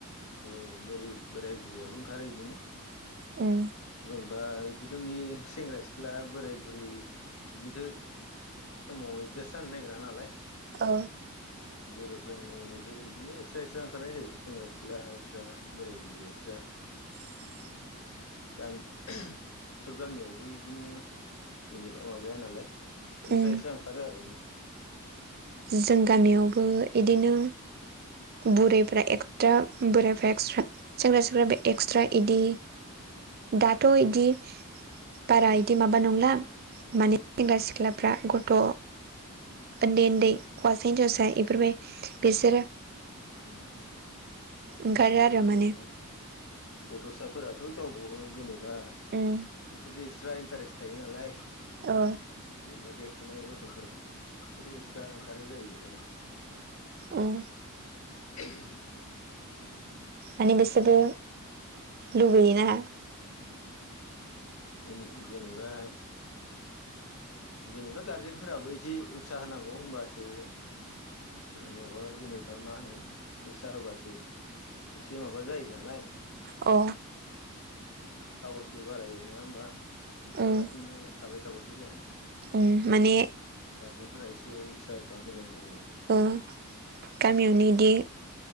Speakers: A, on the left; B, on the right.
A: ओमफ्राय बोर बोराय बुरैयाबो ओंखारो बिदिनो
B: उम
A: जेनेबा बिदिनो एदमि सेंग्रा सिख्ला बोराय बुरि बिदिथ' समाव एडजास्ट जानो नागिरा नालाय
B: औ
A: गोरोबलायनाय ओमफ्राय बिदिनो एस्रा एस्रा ओंखारनाय जायो सेंग्रा सिख्ला एस्रा बोराय बुरै एस्रा
B: आसा आसा
A: गामि सब गामियावबो बिदिनो जेनैबा माबाया नालाय एस्रा
B: उम
A: एस्रा ओंखारो आरो।
B: जों गामियावबो इदिनो बुरैफोरा एक्सट्रा बोरायफ्रा एक्सट्रा सेंग्रा सिख्ला बे
A: उम
B: एक्सट्रा इदि दाथ' इदि बारा
A: उम
B: इदि माबा नंला माने सेंग्रा सिख्ला फ्रा गथ' उन्दै उन्दै हौवासा हिनजावसा इफोरबाय बिसोरो
A: <unintelligible>
B: ओंखारो
A: अ इसोरबो
B: आरो माने
A: गथ'साफोराथ' गावबागाव जेनेबा बिसोरबो
B: उम
A: एक्सट्रा इन्टारेस्ट थायो नालाय
B: औ
A: जेनबा देरफुनाय गथ'फोरा बिसोरो एक्स्रा ओंखारो जाहैबाय आरो।
B: उम
A: <unintelligible>
B: मानि बिसोरबो लुबैयोना।
A: उम ओ जेनेबा जेनेबा गारजेनफोराबो एसे उत्साह होनांगौ होनबासो माबा जेनेबा मा होनो उसा होबासो एसे माबा जायो नालाय
B: अ
A: साहसबो बारायो नङा होमबा ओंखारालासिनो
B: उम
A: थाबाय थाबाथ' जायाना।
B: उम माने
A: गारजेनफोरा एसे उत्सा होबा मोजां जायो।
B: अ गामियावनो इदि